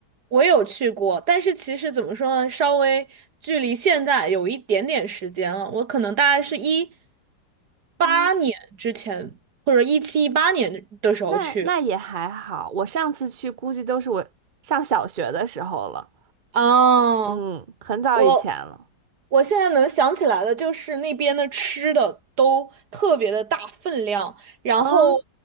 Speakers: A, on the right; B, on the right.
A: 我有去过，但是其实怎么说呢，稍微距离现在有一点点时间了。我可能大概是一八年之前，
B: 咦，
A: 或者一七一八年的时候去。
B: 那那也还好，我上次去估计都是我上小学的时候了，
A: 哦，
B: 嗯，很早以前了。
A: 我我现在能想起来的就是那边的吃的都特别的大分量，然后
B: 啊，嗯